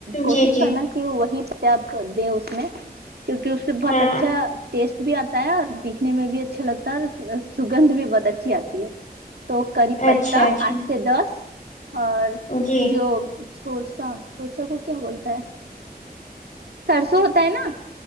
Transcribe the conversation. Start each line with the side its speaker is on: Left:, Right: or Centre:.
Right: کوشش
Left: جی جی
Right: کرنا کی وہی تپ دیں اس میں کیونکی اس سے بہت
Left: ہاں
Right: اچھا ٹیسٹ بھی آتا ہے اور دکھنے میں بھی اچھا لگتا ہے اور سوگند بھی بہت اچھی آتی ہے تو کری پتتہ
Left: اچھا اچھا
Right: آٹھ سے دس اور
Left: جی
Right: جو سورسا سورسا کو کیا بولتا ہے سرسو ہوتا ہے نا